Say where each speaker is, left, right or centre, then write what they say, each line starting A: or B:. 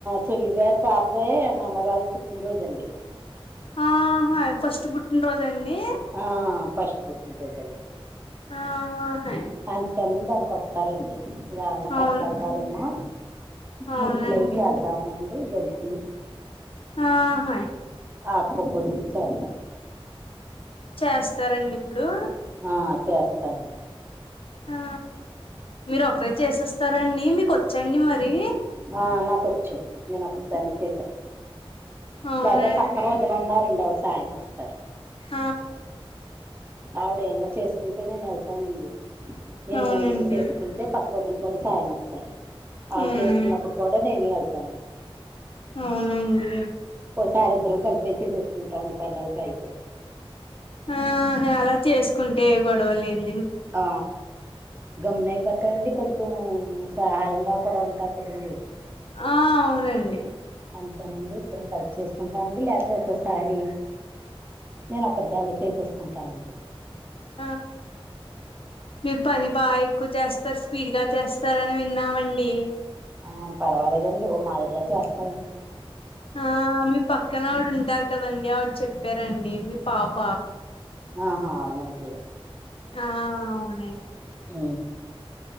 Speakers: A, on the right; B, on the left.
A: చెల్లిగారి పాపదయే మనవరాలు పుట్టినరోజు అండి
B: ఆహా ఫస్ట్ పుట్టినరోజండి
A: ఆ ఫస్ట్ పుట్టినరోజండి
B: ఆ బాగున్నాయి
A: అంతేనే దానికి వస్తారండి ఎవన్నా పట్టుకెళ్తారేమో
B: అవును అవునండి
A: మురుకులయి చాలు ఇదవునండి జంతికలు
B: ఆహ
A: ఆకు పక్కడివి చద
B: చేస్తారండి ఇప్పుడు
A: ఆ చేస్తానుండి
B: ఆ మీరు ఒకక్కరే చేసేస్తారండి మీకు వచ్చండి మరి
A: ఆ నాకు వచ్చండి నేను ఒక దాన్ని చేశాను
B: అవునండి
A: లేకపోతే పక్కన వదునన్నారండి అవిడ సాయం వస్తారు
B: ఆ
A: ఆవిడ ఎన్నా చేసుకుంటే నేను వెళ్తానండి నేనున్నా
B: అవునండి
A: చేసుకు తంటే పక్క వదిని కూడా సాయం వస్తారు వాళ్ళు
B: అవునండి
A: చేసుకున్నప్పుడు కూడా నేను వెళ్తాను
B: అవునండి
A: ఒకసారిద్దరం కలిపేసేసుకుంటాండి పండగలకి అయితే
B: ఆ అలా చేసుకుంటే గొడవలేదు
A: ఆ గమున అయిపోతాండి కొంచెం సహాయంగా కూడా ఉంటారు కదండీ
B: ఆ అవునండి
A: అందుకనండి ఇద్దరం కలిసి చేసుకుంటా అండి లేకపోతే ఒక్కసారి నేను ఒక దాన్ని చేసేసుకుంటానండి
B: ఆ మీరు పని బాగా ఎక్కువ చేస్తారు స్పీడ్ గా చేస్తారని విన్నామండి
A: ఆ పర్వాలేదండి ఓ మాదిరిగా చేస్తాండి
B: ఆ మీ పక్కన ఆవిడు ఉంటారు కదండి ఆవిడ చెప్పారండి మీ పాప
A: ఆహా అవునండి
B: ఆ అవునండి
A: ఆ